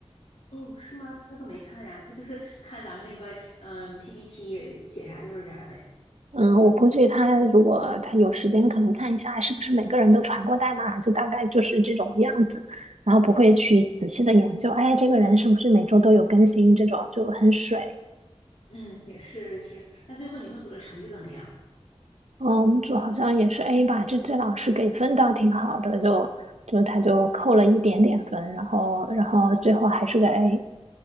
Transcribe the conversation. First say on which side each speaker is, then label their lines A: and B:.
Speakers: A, on the left; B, on the right.
A: 哦，是吗？他都没看呀，他就是看咱们那个嗯 PPT 写啥就是啥呗。
B: 嗯，我估计他如果他有时间，可能看一下是不是每个人都传过代码，就大概就是这种样子，然后不会去仔细的研究，哎，这个人是不是每周都有更新这种，就很水。
A: 嗯，也是也是。那最后你们组的成绩怎么样？
B: 嗯，我们组好像也是 A 吧，这这老师给分倒挺好的，就就他就扣了一点点分，然后然后最后还是个 A。